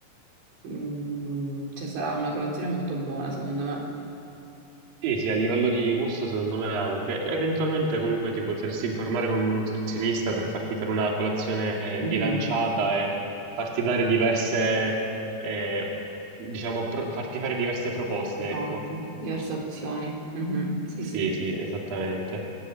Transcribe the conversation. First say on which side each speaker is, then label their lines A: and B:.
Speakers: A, on the right (about 80°); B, on the right (about 55°).
A: mm, cioè, sarà una colazione molto buona, secondo me.
B: Sì, sì, a livello di gusto secondo me anche. Eventualmente comunque ti potresti informare con un nutrizionista per farti fare una colazione
A: Mm.
B: bilanciata e farti dare diverse, eh, diciamo, pro- farti fare diverse proposte,
A: Esatto,
B: ecco.
A: diverse opzioni. Mhm, Sì,
B: Sì,
A: sì.
B: sì, esattamente.